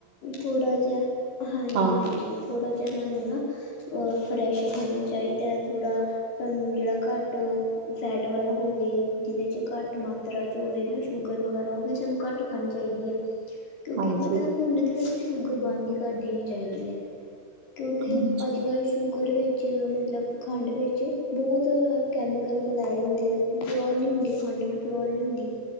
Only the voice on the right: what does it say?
ਹਾਂ
ਹਾਂਜੀ
ਹਾਂਜੀ